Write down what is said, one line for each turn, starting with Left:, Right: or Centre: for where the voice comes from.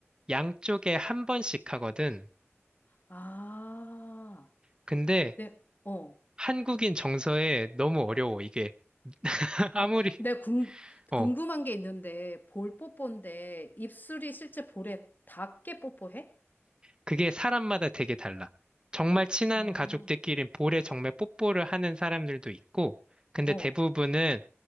Right: 양쪽에 한 번씩 하거든.
Left: 아,
Right: 근데
Left: 네, 어.
Right: 한국인 정서에 너무 어려워, 이게. <laughs>
Left: 아,
Right: 아무리,
Left: 내가 궁,
Right: 어,
Left: 궁금한 게 있는데, 볼 뽀뽀인데, 입술이 실제 볼에 닿게 뽀뽀해?
Right: 그게 사람마다 되게 달라. 정말 친한
Left: 아,
Right: 가족들끼리 볼에 정말 뽀뽀를 하는 사람들도 있고, 근데
Left: 어,
Right: 대부분은